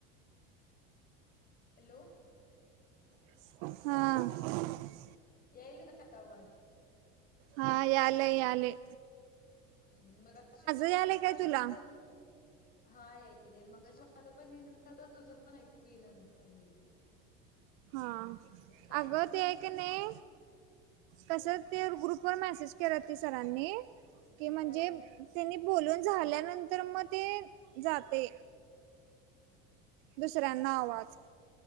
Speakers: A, on the left; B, on the right.
A: हॅलो.
B: हा.
A: यायलाय का आता आवाज?
B: हा याले याले
A: मगाशी तुझपण
B: यालय
A: आवाज
B: काय तुला
A: येईन झालत. हा यालय मगाशी माझं पण येईना झालत तुझं पण ऐकू येईना झालत नीट
B: हा
A: काय
B: अगं
A: सांगाल
B: ते आहे
A: तीस
B: का नाही कस ते ग्रुपवर मेसेज केल्याती सरांनी की म्हणजे
A: काय बनल
B: त्यांनी बोलून झाल्यानंतर मग ते जाते. दुसऱ्यांना आवाज